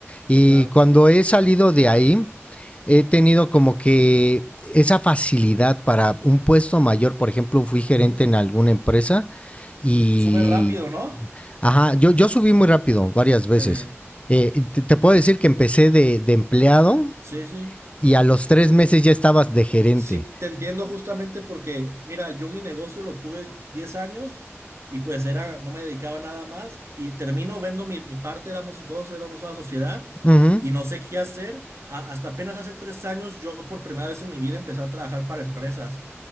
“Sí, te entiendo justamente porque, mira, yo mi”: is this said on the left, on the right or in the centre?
Right